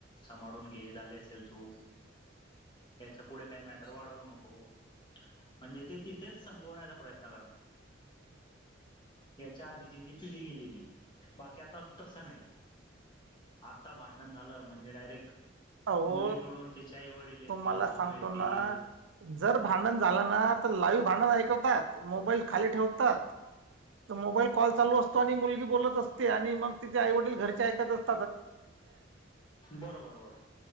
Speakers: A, on the left; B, on the right.
A: सभाळून घे झाले असेल चूक याच्या पुढे काय मॅ टर वाढवू नको म्हणजे ते तिथेच संपवण्याचा प्रयत्न करतात याच्या आधीची जी पिढी गेलेली बाकी आता तसं नाही आता भांडण झालं म्हणजे डायरेक्ट
B: अहो
A: मुलीकडून तिचे आई व वडील येतील
B: तुम्हाला
A: भाऊ
B: सांगतो
A: येतील
B: ना जर भांडण झालं ना तर लाईव्ह भांडण ऐकतात मोबाईल खाली ठेवतात मोबाईल कॉल चालू असतो. आणि मुलगी बोलत असते आणि मग ति आई वडील घरच्या ऐकत असते
A: बरोबर बरोबर